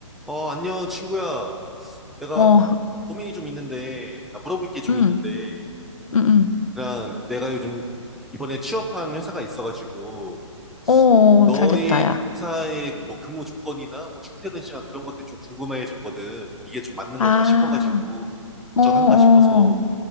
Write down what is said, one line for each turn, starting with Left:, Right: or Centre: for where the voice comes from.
Centre: 어, 안녕, 친구야. 내가
Left: 어,
Centre: 고민이 좀 있는데, 아, 물어볼 게 좀
Left: 음,
Centre: 있는데,
Left: 음, 음.
Centre: 그냥 내가 요즘 이번에 취업한 회사가 있어가지고,
Left: 어,
Centre: 너의
Left: 어, 잘 됐다, 야.
Centre: 회사의 뭐 근무 조건이나 뭐 출퇴근 시간 그런 것들이 좀 궁금해졌거든. 이게 좀 맞는
Left: 아,
Centre: 건가 싶어가지고,
Left: 어,
Centre: 적절한가
Left: 어,
Centre: 싶어서.